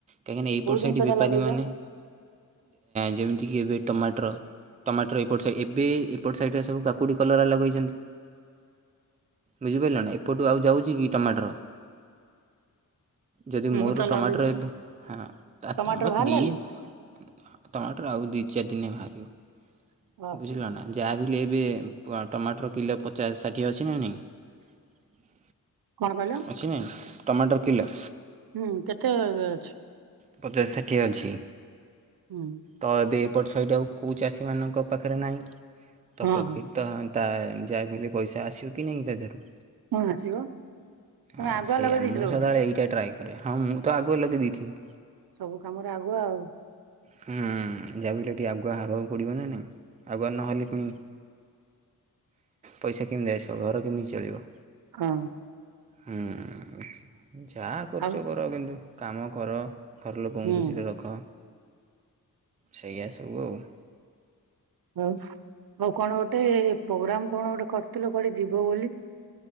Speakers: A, on the right; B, on the right.
A: କାହିଁକି ନା ଏଇ
B: କୋଉ
A: ପଟ୍ ସାଇଟି
B: ଜିନିଷ
A: ବେପାରୀ
B: ଟା ଲଗେଇଛ?
A: ମାନେ ଯେମିତିକି ଏବେ ଟମାଟର ଟମାଟର ଏପଟ ସାଇଡ଼୍ ଏବେ ଏପଟ ସାଇଡ଼ରେ ସବୁ କା କୁଡ଼ି କଲରା ଲଗେଇଛନ୍ତି। ବୁଝିପାଆଇଲ ନା ଏପଟୁ ଆଉ ଯାଉଛି କି ଟମାଟର। ଯଦି
B: ମୁଁ
A: ମୋର
B: ତ
A: ଟମାଟର
B: ଲଗେଇଛି
A: ଏବେ ହଁ
B: ଟମାଟର
A: ଟମା
B: ବାହାରିଲାଣି
A: ଟମାଟର ଆଉ ଦି ଚାର ଦିନେ ବାହାରିବ।
B: ଓହୋ
A: ବୁଝିଲ ନା ଯାହା ବିି ଏଲବେ ଟମାଟର କିଲ ପଚ ଚାସ ଷାଠିଏ ଅଛି ନା ନାହିଁ।
B: କଣ କହିଲ?
A: ଅଛି ନାଇଁ ଟମାଟର କିଲ।
B: ହୁଁ କେତେ ଅଛି?
A: ପଚାଶ ଷାଠିଏ ଅଛି।
B: ହୁଁ।
A: ତ ଏବେ ଏପଟ ସେଇଟ ଆଉ କୋଉ ଚାଷୀମାନଙ୍କ ପାଖରେ ନାହିଁ ତ
B: ହଁ
A: ପ୍ରଫିଟ୍
B: ହଁ
A: ତ ତା ଯାଆବିଲେ ପଇସା ଆସିବ କି ନାହିଁ ତା ଦେହରୁ।
B: ହଁ ଆସିବ ତମେ
A: ଆ
B: ଆଗୁଆ
A: ସେଇଆ
B: ଲଗେଇ ଦେଇଥିଲ
A: ମୁଁ ସଦାବେଳେ
B: ବୋଧେ
A: ଏଇଟା ଟ୍ରାଏ କରେ, ହଁ ମୁଁ ତ ଆଗୁ ଲଗେଇ ଦେଇଥିନି।
B: ସବୁ କାମରେ ଆଗୁଆ ଆଉ।
A: ହୁଁ, ଯାହାବି ହେଲେ ଟିକେ ଆଗୁଆ ହବାକୁ ପଡ଼ିବ ନା ନାଇଁ ଆଗୁଆ ନହେଲେ ପୁଣି ପଇସା କେମିତି ଆସିବ, ଘର କେମିତି ଚଳିବ?
B: ହଁ।
A: ହୁଁ, ଯାଆ କରୁଛ
B: ଆଉ
A: କର କିନ୍ତୁ କାମ କର। ଘର ଲୋକଙ୍କୁ
B: ହୁଁ।
A: ଖୁସିରେ ରଖ, ସେଇଆ ସବୁ ଆଉ।
B: ଉଁ, ମୁଁ କଣ ଗୋଟେ ପୋଗ୍ରାମ କଣ ଗୋଟେ କରିଥିଲ କୁଆଡେ ଯିବ ବୋଲି?